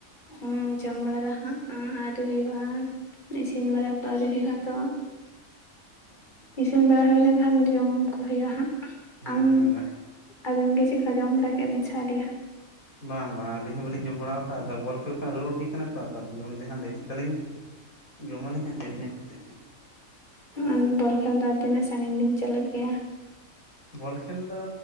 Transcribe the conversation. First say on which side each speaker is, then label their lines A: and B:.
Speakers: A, on the left; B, on the left.
A: ᱩᱸ ᱡᱚᱢ ᱵᱟᱲᱟ ᱫᱚ ᱦᱟᱸᱜ ᱟᱹᱣᱨᱤ ᱦᱩᱭᱩᱜᱼᱟ ᱤᱥᱤᱱ ᱵᱟᱲᱟ ᱠᱚ ᱟᱹᱨᱤ ᱦᱩᱭᱩᱜᱼᱟ ᱛᱚ᱾
B: ᱚᱻ
A: ᱤᱥᱤᱱ ᱵᱟᱲᱟ ᱦᱩᱭ ᱞᱮᱱᱠᱷᱟᱱ ᱡᱚᱢ ᱠᱚ ᱦᱩᱭᱩᱜᱼᱟ ᱦᱟᱸᱜ,
B: ᱦᱮᱸ
A: ᱟᱢ
B: ᱦᱮᱸ ᱵᱟᱝ
A: ᱟᱹᱵᱤᱱ ᱜᱮ ᱪᱮᱫ ᱞᱮᱠᱟ ᱡᱚᱢ ᱵᱟᱲᱟ ᱠᱮᱫ ᱵᱤᱱ ᱪᱷᱮ ᱟᱣᱨᱤᱭᱟ?
B: ᱵᱟᱝ ᱵᱟᱝ ᱟᱹᱞᱤᱧ ᱦᱚᱸ ᱵᱟᱞᱤᱧ ᱡᱚᱢ ᱵᱟᱲᱟᱣ ᱟᱠᱟᱫᱼᱟ ᱟᱫᱚ ᱵᱚᱞ ᱠᱷᱮᱞ ᱠᱷᱚᱱᱟᱜ ᱨᱩᱣᱟᱹᱲ ᱦᱩᱭ ᱟᱠᱟᱱᱟ ᱛᱚ ᱟᱫᱚ ᱡᱚᱢ ᱛᱮ ᱦᱟᱸᱟᱜ ᱫᱮᱨᱤ ᱛᱟᱞᱤᱧ ᱡᱚᱢᱟᱞᱤᱧ ᱦᱟᱸᱜ ᱫᱮᱨᱤᱧᱚᱜ ᱠᱟᱛᱮᱫ ᱦᱟᱸᱜ᱾
A: ᱟᱨ ᱵᱚᱞ ᱠᱷᱮᱞ ᱫᱚ ᱛᱤᱱᱟᱹᱜ ᱥᱟᱺᱜᱤᱧ ᱜᱤᱧ ᱪᱟᱞᱟᱜ ᱜᱮᱭᱟ?
B: ᱵᱚᱞ ᱠᱷᱮᱞ ᱫᱚ